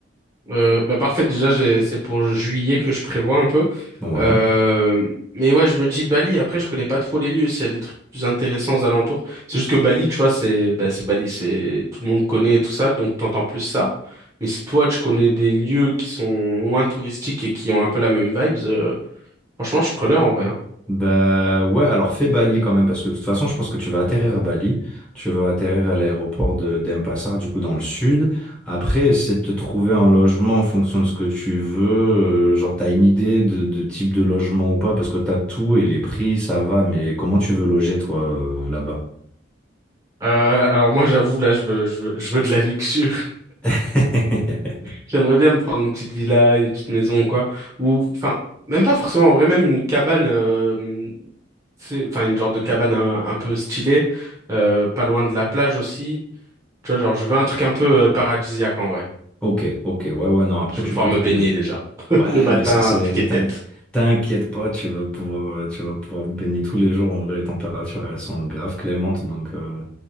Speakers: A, on the right; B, in the centre.
A: Euh, bah parfait, déjà, j'ai- c'est pour juillet que je prévois un peu.
B: Ouais.
A: Euh, mais ouais, je me dis Bali, après, je connais pas trop les lieux, s'il y a des trucs plus intéressants aux alentours. C'est juste que Bali, tu vois, c'est bah, c'est Bali, c'est tout le monde connaît et tout ça, donc t'entends plus ça. Mais si toi, tu connais des lieux qui sont moins touristiques et qui ont un peu la même vibes, euh, franchement, je suis preneur en vrai. hein.
B: Bah ouais, alors fais Bali quand même, parce que de toute façon, je pense que tu vas atterrir à Bali, tu vas atterrir à l'aéroport de d'Denpasar, du coup dans le sud. Après, essaie de te trouver un logement en fonction de ce que tu veux. euh, Genre, t'as une idée de, de type de logement ou pas, parce que t'as tout et les prix, ça va, mais comment tu veux loger toi euh, là-bas?
A: Euh, alors moi, j'avoue, là, je veux, je veux, je veux de la luxure. <laughs>
B: <laughs>
A: J'aimerais bien me prendre une petite villa, une petite maison, quoi. Ou, enfin, même pas forcément en vrai, même une cabane. euh, c'est enfin une genre de cabane un, un peu stylée, euh, pas loin de la plage aussi. Tu vois, genre, je veux un truc un peu euh, paradisiaque en vrai.
B: Ok, ok, ouais, ouais, non, après
A: Je
B: tu
A: veux pouvoir
B: peux
A: me
B: trouver.
A: baigner déjà. <laughs>
B: Ouais,
A: Le matin,
B: mais ça, c'est.
A: à piquer de
B: t'in-
A: tête.
B: T'inquiète pas, tu vas pouvoir, euh, tu vas pouvoir te baigner tous les jours. En vrai, les températures, elles sont grave clémentes, donc. euh,